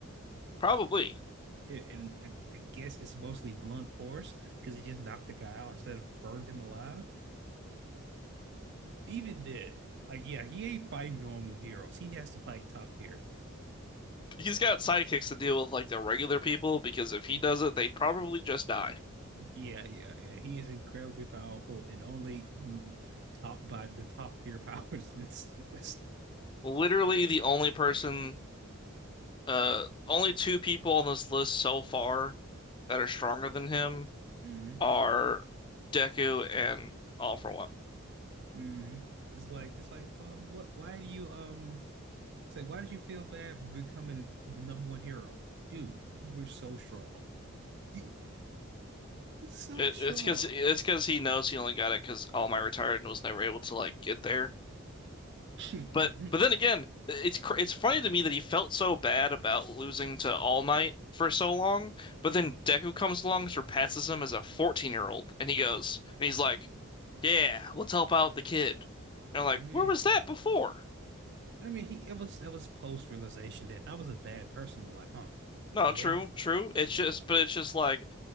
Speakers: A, on the left (about 20°); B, on the right (about 50°).
A: probably.
B: It, and I, I guess it's mostly blunt force because he just knocked the guy out instead of burned him alive. Even did. Like, yeah, he ain't fighting normal heroes. He has to fight top tier.
A: He's got sidekicks to deal with like the regular people because if he
B: <laughs>
A: does it, they probably just die.
B: Yeah, yeah, yeah. He is incredibly powerful and only mm, topped by the top tier powers in this <laughs> list.
A: Literally, the only person, uh, only two people on this list so far that are stronger than him
B: hmm
A: are Deku and All For One.
B: Mm, it's like it's like um what why do you um say why did you feel bad becoming the number one hero? Dude, you were so strong. You were so
A: It,
B: strong.
A: it's because it's because he knows he only got it because All Might retired and was never able to like get there.
B: <laughs> I
A: But but then again, it's cr- it's funny to me that he felt so bad about losing to All Might for so long, but then Deku comes along, surpasses him as a 14-year-old, and he goes, and he's like, "Yeah, let's help out the kid." And I'm like,
B: mean
A: "Where was that before?"
B: I mean he it was it was post realization that I was a bad person in my life, huh?
A: No,
B: Yeah.
A: true, true. It's just, but it's just like